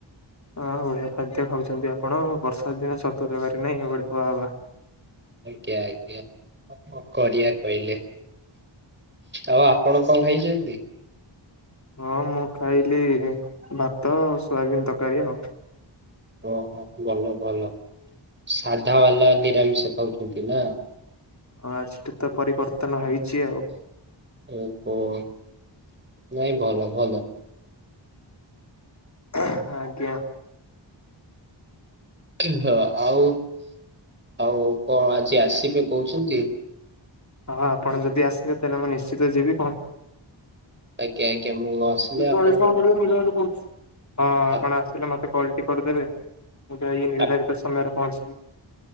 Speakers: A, on the left (about 35°); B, on the right (about 25°).
A: ହଁ ବଢିଆ ଖାଦ୍ୟ ଖାଉଛନ୍ତି ଆପଣ ବର୍ଷା ଦିନ ଛତୁ ତରକାରୀ ନାହିଁ ବଢ଼ିଆ ବାହା ବାହା
B: ଆଜ୍ଞା ଆଜ୍ଞା। କଣ କରିବା କହିଲେ ଆଉ ଆପଣ କଣ ଖାଇଛନ୍ତି?
A: ହଁ ମୁଁ ଖାଇଲି ଭାତ ସୋୟାବିିନ ତରକାରୀ ଆଉ।
B: ଓହୋ ଭଲ ଭଲ ସାଧା ବାଲା ନିରାମିଷ ଖାଉଛନ୍ତି ନା।
A: ହଁ ଆଜିଠୁ ତ ପରିବର୍ତ୍ତନ ହେଇଛି ଆଉ
B: ଓହୋ ନାଇଁ ଭଲ ଭଲ
A: <inaudible> ଆଜ୍ଞା
B: ହଁ ଆଉ ଆଉ କଣ ଆଜି ଆସିବେ କହୁଛନ୍ତି।
A: ହଁ ଆପଣ ଯଦି ଆସିବେ ତାହେଲେ ମୁଁ ନିଶ୍ଚିତ ଯିବି କଣ
B: ଆଜ୍ଞ ଆଜ୍ଞା ମୁଁ ଆସିଲେ
A: <unintelligible> ହଁ
B: ଆପଣଙ୍କୁ
A: ଆପଣ
B: ଆପ-
A: ଆସିଲେ ମତେ କାଲଟି କରିଦେବେ। ମୁଁ ଯାଇକି ନିର୍ଦ୍ଧାରିତ
B: ଆପ-
A: ସମୟରେ ପହଞ୍ଚିବି।